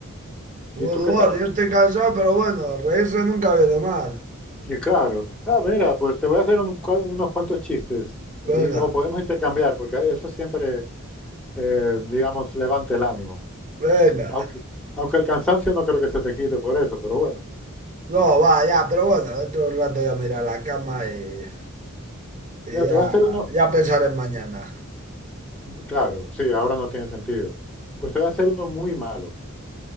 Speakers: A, on the right (about 35°); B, in the centre.
A: Bueno,
B: ¿Y tú qué
A: humor,
B: tal?
A: yo estoy cansado, pero bueno, reírse nunca viene mal.
B: Y claro, ah, mira, pues te voy a hacer un cua- unos cuantos chistes y
A: Venga,
B: o podemos intercambiar, porque eso siempre, eh, digamos, levanta el ánimo.
A: venga.
B: Aunque, aunque el cansancio no creo que se te quite por eso, pero bueno.
A: No, va, ya, pero bueno, dentro de un rato ya me iré a la cama y, y
B: Mira,
A: ya,
B: te voy a hacer uno,
A: ya pensaré en mañana.
B: claro, sí, ahora no tiene sentido. Pues te voy a hacer uno muy malo.